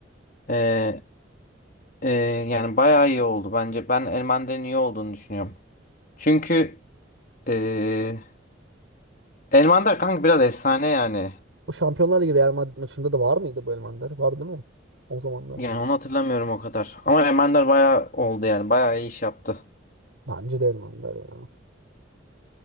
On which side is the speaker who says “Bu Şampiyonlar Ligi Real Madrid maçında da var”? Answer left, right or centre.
Right